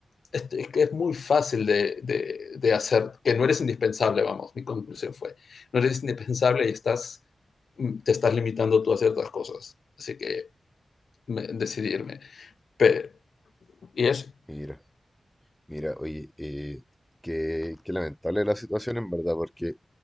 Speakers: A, on the left; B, in the centre.
A: es, es que es muy fácil de, de, de, hacer, que no eres indispensable, vamos, mi conclusión fue, no eres indispensable y estás, mm, te estás limitando tú a ciertas cosas, así que me, decidirme. Pero, y eso,
B: mira, mira, oye, eh, qué, qué lamentable la situación en verdad, porque